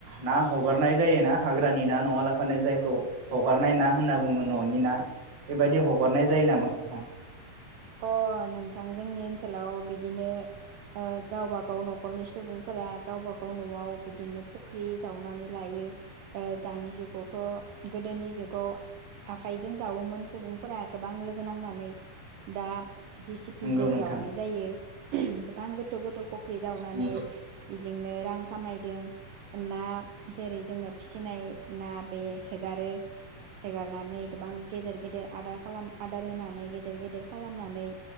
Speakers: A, on the right; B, on the right.
A: ना हगारनाय जायोना हाग्रानि ना नङाब्लाफानो जायखौ हगारनाय ना होनना बुङो न'नि ना बेबायदि हगारनाय जायो नामा नोंथां?
B: अ नोंथां जोंनि ओनसोलाव बिदिनो गावबागाव न'खरनि सुबुंफोरा गावबा गाव न'आव बिदिनो फुख्रि जावनानै लायो दानि जुगावथ' गोदोनि जुगाव आखाइजों जावोमोन सुबुंफोरा गोबां लोगो नांनानै दा जे सि पि
A: नंगौ
B: जों
A: नोंथां
B: जावनाय जायो। उह बां गोथौ गोथौ फ ख्रि जावनानै
A: नंगौ
B: बेजोंनो रां खामायदों ना जेरै जोङो फिसिनाय ना बे हेगारो हेगारनानै गोबां गेदेर गेदेर आदार खालाम आदार होनानै गेदेर गेदेर खालामनानै